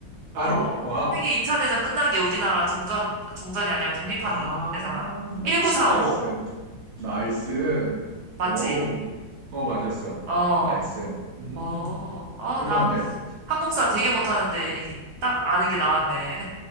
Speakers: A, on the right; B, on the right.
A: 알아?
B: 이거.
A: 와,
B: 세계 2차 대전 끝난 게 우리나라 종전, 종전이 아니라 독립한
A: 아,
B: 때잖아.
A: 나,
B: 1945.
A: 나이스, 나이스.
B: 맞지?
A: 오, 어 맞았어.
B: 어,
A: 나이스. 음,
B: 어, 아,
A: 훌륭한데?
B: 나 한국사 되게 못하는데, 이, 딱 아는 게 나왔네.